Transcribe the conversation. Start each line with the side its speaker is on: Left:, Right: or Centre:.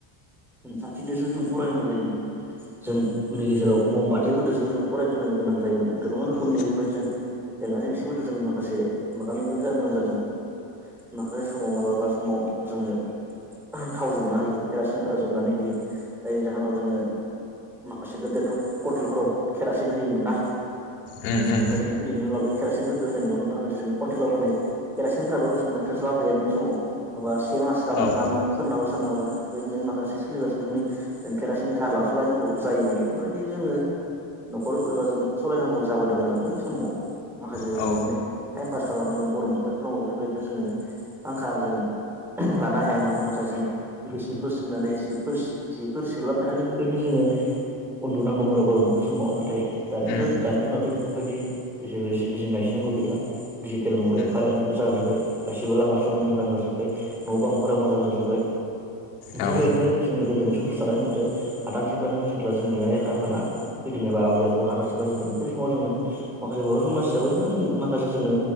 Centre: जों साथिजोंसो जों फरायनांगौ जायोमोन। जोंनि गेजेराव मम बाथिफोरजोंजों जों फरायग्रोनो गोनां जायोमोन। गोबां
Left: उम
Centre: रोखोमनि बेफोरबायदि जों जेंना जेंसिफोर जों माखासे मोगा मोगिबो जानो गोनां जादों। माखासे समाव मालाबा समाव जोङो थाव जोबना होयो। केरासिनफोरा जोबनानै होयो। जायनि जाहोनाव जोङो माखासे गोदोथ' कन्टेलफोराव केरासिन होयोमोन ना।
Left: उम उम
Centre: आरो जों बेनि उनाव ओ केेरासिन <unintelligible> नङा मोन ना जों कन्टेलाव होनाय केरासिनफ्राबो जोंना थोस्लाब हैयामोन समाव। से मास गाहाम
Left: औ
Centre: थाङामोन सोरनाबा सोरनाबा बेफोरबायदिनो माखासे सोरनिबा सुबुंनि जों केरासिन धार लाथ'लायनांगौ जायोमोन बेफोरबायदि जोङो न'खर एबा जों सालायनांगौ जाबोदों आरो बै समाव माखासे जोङो
Left: औ
Centre: बिदिनो टाइम पास खालामनो ओं गरम बोथोरफ्राव बेफोरबायदिनो जोङो फांखाजों लानो हायामोन माखासे जों गिसिबफोर सिबनानै सिफोर सि जिफोर सोलाबायनानै बेफोरबायदिनो जोङो उन्दुनांगौमोन आरो गरम बोथोर समाव। नाथाय दानिथ'
Left: उम
Centre: दानि दिनावथ' बेफोरबायदि जेबो जिंगा सिनांगौ गौ गैला डिजिटेल मुगायाव
Left: उम
Centre: कारेन जाजोबबाय गासिबो लामा सामा मोजां जाजोबाय न' बां फोरा मोजां जाजोब्बाय बेफोरबायदिनो
Left: औ
Centre: जोंनि गोदोनि सम संसार जानाय होनबाथाय आदान सेेफायना जेब्ला जोंनि आइ आफा फोना फैदों एबा आबै आबौ हादान साफाय जादों। बेै समाव जोङो माखासे बर' समाज हिसाबै इदिनो जों माखासे जोङो